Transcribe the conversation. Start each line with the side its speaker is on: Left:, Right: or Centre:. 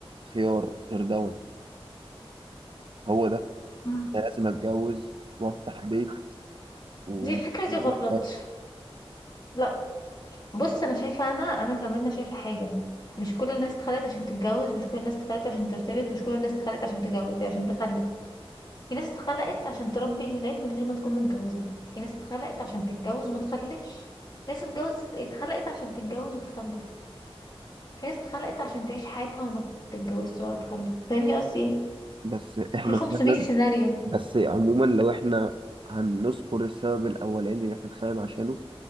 Right: خيار غير دون هو ده
Left: مم.
Right: أنا لازم اتجوز وافتح بيت ومعيش
Left: دي الفكرة دي غلط
Right: حياتي
Left: لا بص انا شايفة انا انا كمان أنا شايفة حاجة مش كل الناس اتخلقت عشان تتجوز مش كل الناس اتخلقت عشان ترتبط مش كل الناس اتخلقت عشان تجوز عشان تخلف في ناس اتخلقت عشان تربي ولاد من غير ما تكون متجوزة في ناس اتخلقت عشان تتجوز وما تخلفش في ناس اتجوزت اتخلقت عشان تتجوز وتخلف في ناس اتخلقت عشان تعيش حياتها وما تتجوزش ولا تخلف فاهمني قصدي ايه
Right: بس احنا
Left: في 500
Right: فعلا
Left: سيناريو
Right: بس عموما لو احنا هنذكر السبب الاولاني اللي احنا اتخلقنا عشانه